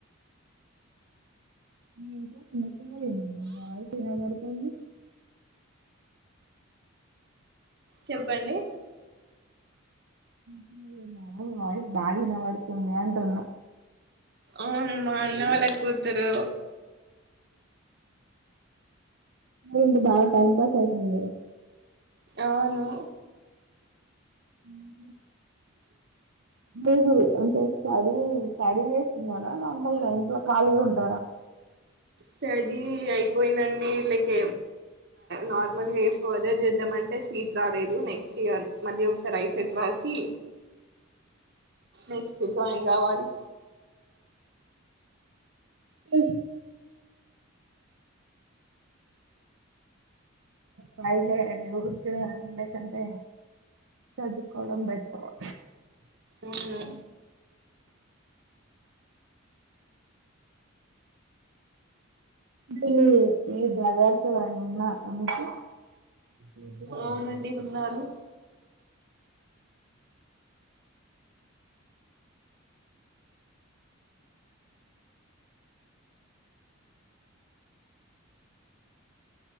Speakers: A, on the right (about 75°); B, on the right (about 55°).
A: మీ ఇంట్లో చిన్న పిల్లలు ఉన్నారా వాయిస్ వినపడుతుంది
B: చెప్పండి
A: ఉ వావ్ వాయిస్ బాగా వినవాడు తుంది అంటున్న
B: అవును మా అన్న వాళ్ళ కూతురు
A: ఉంటే బాగా టైంపాస్ ఐతది కదా
B: అవును
A: ఉం మీరు అంటే స్టడీ స్టడీ చేస్తున్నారా నార్మల్ గా ఇంట్ల కాలిగా ఉంటారా
B: స్టడీ అయిపోయిందండి లైక్ నార్మల్గా ఫర్ దర్ చేద్దామంటే సీట్ రాలేదు నెక్స్ట్ ఇయర్ మళ్ళీ ఒకసారి ఐసెట్ రాసి నెక్స్ట్ జాయిన్ కావాలి
A: ఉ మాయేలే అండి ఊర్కి అకంతే చదుకోడం బెట్టరు
B: అవును
A: ఏ మీ బజార్ కు ఎవ్వరన్నా ఉన్నారా మీకు ఉన్నారు చదువు
B: అవునండి
A: తున్నారు
B: ఉన్నారు